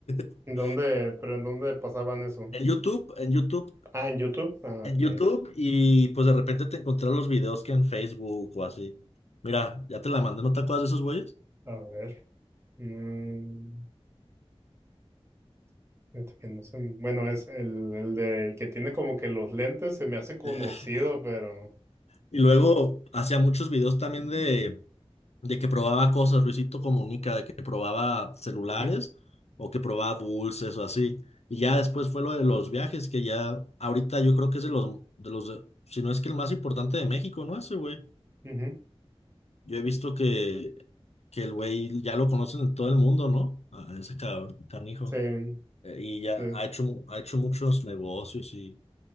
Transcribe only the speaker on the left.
<laughs>
En YouTube, en YouTube,
en
YouTube y pues de repente te encontrás los videos que en Facebook o así. Mira, ya te la mandé, ¿no te acuerdas de esos güeyes?
<laughs>
Y luego hacía muchos videos también de que probaba cosas, Luisito Comunica, de que probaba celulares
o que probaba dulces o así. Y ya después fue lo de los viajes, que ya ahorita yo creo que es de los, de los, de- si no es que el más importante de México, ¿no? Ese güey.
Yo he visto que, que el güey ya lo conocen en todo el mundo, ¿no? A ese cabrón, canijo.
Eh, Y ya
ha hecho, mu- ha hecho muchos negocios y...